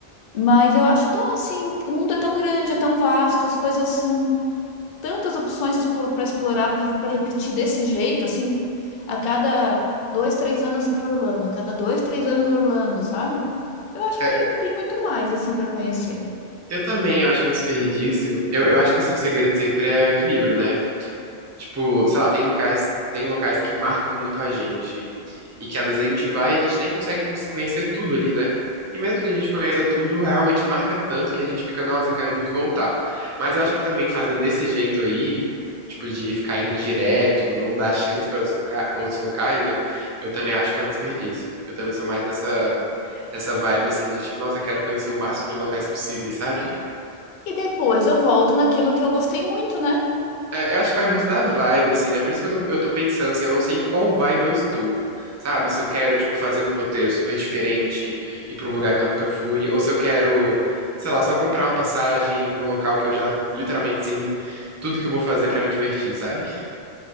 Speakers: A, on the left; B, on the right.
A: Mas eu acho tão assim, o mundo é tão grande, é tão vasto, as coisas são tantas opções para explorar, para repetir desse jeito, assim, a cada dois, três anos ir para Orlando, a cada dois, três anos Orlando, sabe? Eu acho
B: É,
A: que tem, tem muito mais assim para conhecer.
B: Eu também acho um desperdício. Eu, eu acho que, assim, o segredo sempre é o equilíbrio, né? Tipo, sei lá, tem locais, tem locais que marcam muito a gente. E que às vezes a gente vai e a gente nem consegue cons- conhecer tudo ali, né? E mesmo que a gente conheça tudo, realmente marca tanto que a gente fica, nossa, quero muito voltar. Mas eu acho que também fazer desse jeito aí, tipo, de ficar indo direto, não dar chance para outros, loca- outros locais, né? Eu também acho que é um desperdício. Eu também sou mais nessa, nessa vibe, assim, de tipo, nossa, quero conhecer o máximo de locais possíveis, <laughs> sabe?
A: E depois eu volto naquilo que eu gostei muito, né?
B: É, eu acho que vai muito da vibe, assim, né? Por isso que eu tô, eu tô pensando, assim, eu não sei em qual vibe eu estou, sabe? Se eu quero, tipo, fazer um roteiro super diferente, ir pra um lugar que eu nunca fui, ou se eu quero, sei lá, só comprar uma passagem e ir pra um local que eu já literalmente sei tudo que eu vou fazer pra me divertir, sabe?